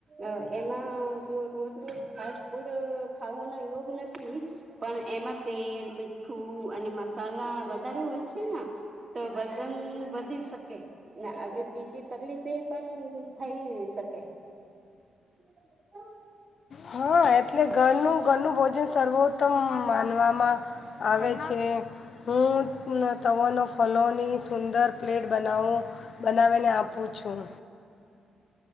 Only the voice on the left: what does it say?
હા એટલે ઘરનું ઘરનું ભોજન સર્વોત્તમ માનવામાં આવે છે, હું, તવનો ફલોની સુંદર પ્લેટ બનાવું બનાવીને આપું છું.